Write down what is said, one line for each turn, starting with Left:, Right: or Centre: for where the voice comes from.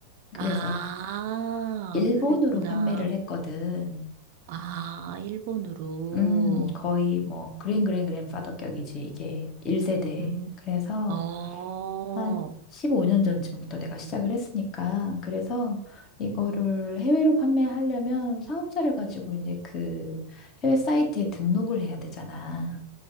Right: 아,
Left: 그래서 일본으로
Right: 그랬구나.
Left: 판매를 했거든.
Right: 아, 일본으로.
Left: 음, 거의 뭐 그랜 그랜 그랜파더격이지 이게 1세대.
Right: 음,
Left: 그래서
Right: 어,
Left: 한 15년 전쯤부터 내가 시작을 했으니까. 그래서 이거를 해외로 판매하려면 사업자를 가지고 이제 그 해외 사이트에 등록을 해야 되잖아.